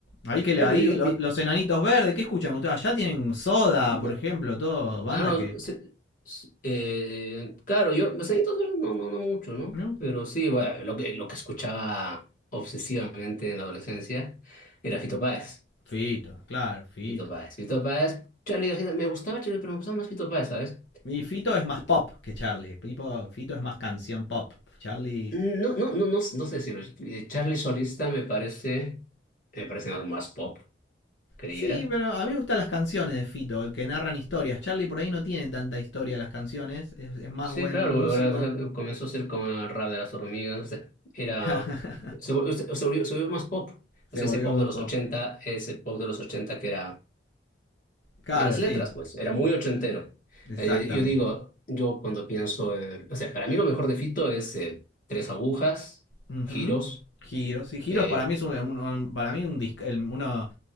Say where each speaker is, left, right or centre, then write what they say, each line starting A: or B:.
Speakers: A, on the left; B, on the left.
A: Ahí que le,
B: Ah,
A: ahí
B: pero yo...
A: los
B: mi-
A: los, enanitos verdes, ¿qué escuchan ustedes? Allá tienen soda,
B: no,
A: por ejemplo, todo, bandas
B: ah, no,
A: que.
B: se- s- eh, claro, yo, los añitos verdes no, no, no mucho, ¿no?
A: ¿No?
B: Pero sí, bueno, lo que, lo que escuchaba obsesivamente en la adolescencia era Fito Páez.
A: Fito, claro, Fito.
B: Fito Páez, Fito Páez, Charlie García, me gustaba Charlie, pero me gustaba más Fito Páez, ¿sabes?
A: Y Fito es más pop que Charlie. Pipo- Fito es más canción pop. Charlie.
B: Mm, No, no, no, no, no sé decirlo. Eh, Charlie Solista me parece, me parece algo más pop, creyera.
A: Sí, pero a mí me gustan las canciones de Fito, que narran historias. Charlie por ahí no tiene tanta historia las canciones, es, es más
B: Sí,
A: buen
B: claro,
A: músico.
B: ahora, o sea, comenzó a ser como el rap de las hormigas, o sea, era,
A: <laughs>
B: se, vol- se se volvió, se volvió más pop, o
A: Se
B: sea,
A: volvió
B: ese pop
A: más
B: de los
A: pop.
B: 80 ese pop de los ochenta que era,
A: Claro,
B: en las
A: sí,
B: letras, pues, era muy ochentero.
A: exactamente.
B: Eh, yo, yo digo, yo cuando pienso, en- o sea, para mí lo mejor de Fito es eh, tres agujas,
A: Ujú.
B: giros,
A: Giros, sí, Giros
B: eh,
A: para mí es un, un- un- para mí un disc- el- uno